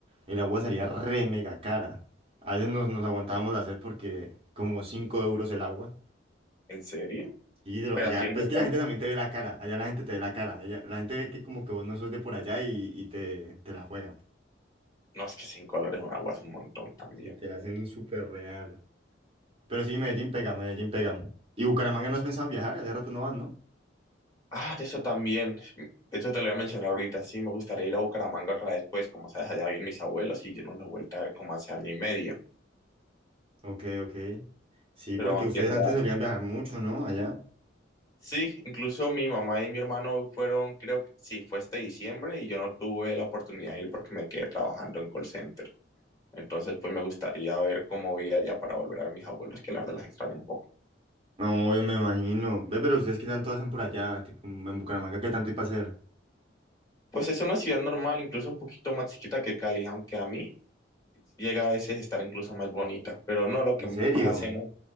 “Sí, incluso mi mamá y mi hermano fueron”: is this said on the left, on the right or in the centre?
Left